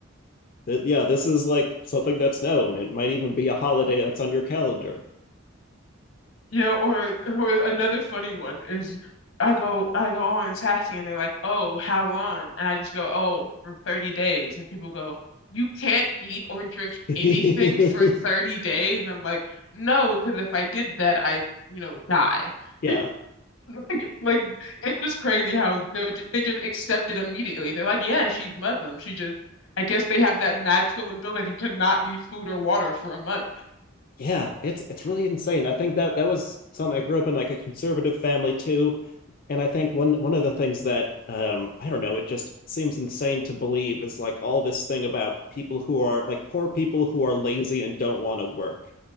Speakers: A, on the left; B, on the left.
A: Th- yeah, this is like something that's known. It might even be a holiday that's on your calendar.
B: Yeah, or or another funny one is I go I go on fasting and they're like, "Oh, how long?" And I just go, "Oh, for 30 days." And people go, "You can't eat or drink
A: <laughs>
B: anything for 30 days." And I'm like, "No, because if I did that, I'd, you know, die." <laughs>
A: yeah.
B: Like, like it's just crazy how they just, they just accept it immediately. They're like, "Yeah, she's Muslim. She just I guess they have that magical ability to not need food or water for a month."
A: Yeah, it's it's really insane. I think that that was something I grew up in like a conservative family too, and I think one one of the things that um I don't know, it just seems insane to believe is like all this thing about people who are like poor people who are lazy and don't want to work,